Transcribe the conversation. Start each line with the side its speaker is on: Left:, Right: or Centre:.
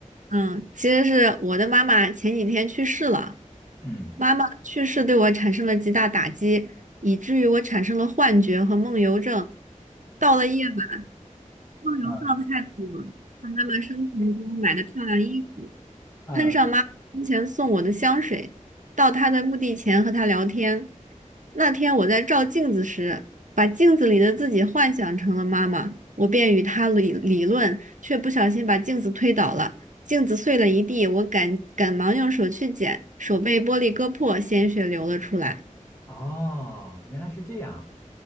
Right: 嗯，其实是我的妈妈前几天去世了，
Left: 嗯
Right: 妈妈去世对我产生了极大打击，以至于我产生了幻觉和梦游症。到了夜晚，梦游状态组，
Left: 嗯
Right: 看妈妈生前给我买的漂亮衣服。
Left: 嗯，
Right: 喷上妈生前送我的香水，到她的墓地前和她聊天。那天我在照镜子时，把镜子里的自己幻想成了妈妈，我便与她理理论，却不小心把镜子推倒了，镜子碎了一地，我赶赶忙用手去捡，手被玻璃割破，鲜血流了出来。
Left: 哦，原来是这样，